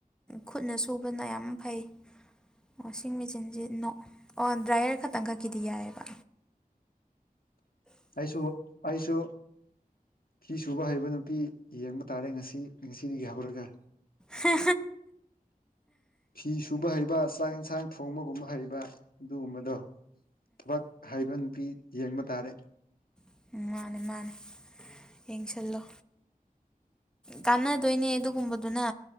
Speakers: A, in the centre; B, on the left.
A: ꯈꯨꯠꯅ ꯁꯨꯕꯅ ꯌꯥꯝ ꯐꯩ ꯋꯥꯁꯤꯡ ꯃꯦꯆꯤꯟꯁꯤ ꯅ ꯑꯣ ꯗ꯭ꯔꯥꯏꯌꯔ ꯈꯛꯇꯪ ꯈ ꯒꯤꯗꯤ ꯌꯥꯏꯑꯕ
B: ꯑꯩꯁꯨ ꯑꯩꯁꯨ ꯐꯤ ꯁꯨꯕ ꯍꯩꯕ ꯅꯨꯄꯤ ꯌꯦꯡꯕ ꯇꯥꯔꯦ ꯉꯁꯤ ꯉꯁꯤꯗꯒꯤ ꯍꯧꯔꯒ
A: ꯍ
B: ꯐꯤ ꯁꯨꯕ ꯍꯩꯕ ꯆꯥꯛ ꯌꯦꯟꯁꯥꯡ ꯊꯣꯡꯕꯒꯨꯝꯕ ꯍꯩꯕ ꯑꯗꯨꯒꯨꯝꯕꯗꯣ ꯊꯕꯛ ꯍꯩꯕ ꯅꯨꯄꯤ ꯌꯦꯡꯕ ꯇꯥꯔꯦ
A: ꯎꯝ ꯃꯥꯅꯦ ꯃꯥꯅꯦ ꯌꯦꯡꯁꯤꯜꯂꯣ ꯀꯥꯟꯅꯗꯣꯏꯅꯦ ꯑꯗꯨꯒꯨꯝꯕꯗꯨꯅ